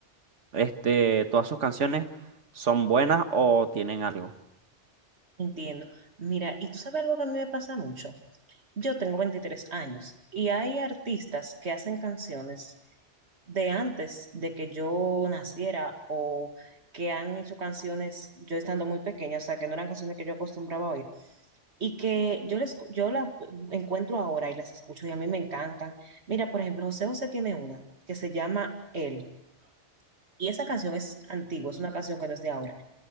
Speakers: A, on the right (about 80°); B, on the right (about 65°).
A: Este, todas sus canciones son buenas o tienen algo.
B: Entiendo. Mira, y tú sabes algo que a mí me pasa mucho. Yo tengo 23 años y hay artistas que hacen canciones de antes de que yo naciera o que han hecho canciones yo estando muy pequeña, o sea, que no eran canciones que yo acostumbraba a oír y que yo les, yo la encuentro ahora y las escucho y a mí me encantan. Mira, por ejemplo, José José tiene una que se llama Él y esa canción es antigua, es una canción que no es de ahora